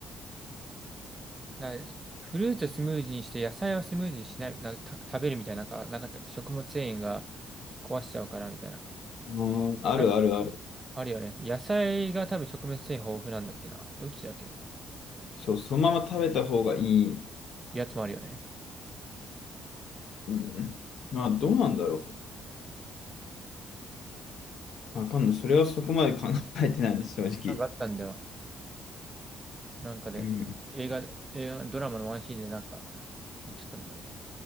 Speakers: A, on the right; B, on the left.
A: な、フルーツをスムージーにして野菜をスムージーにしない、な、た、食べるみたいな、なんかなかったっけ食物繊維が壊しちゃうからみたいな。
B: うん、あるあるある。
A: ある、あるよね。野菜が多分食物繊維豊富なんだっけな。どっちだっけな。
B: そう、そのまま食べた方がいい。
A: やつもあるよね。
B: うん。まあ、どうなんだろう。わかんない。それはそこまで考えてないです、正直。
A: なんかあったんだよ。なんかで、
B: うん。
A: 映画、映画、ドラマのワンシーンでなんか言ってたんだよね。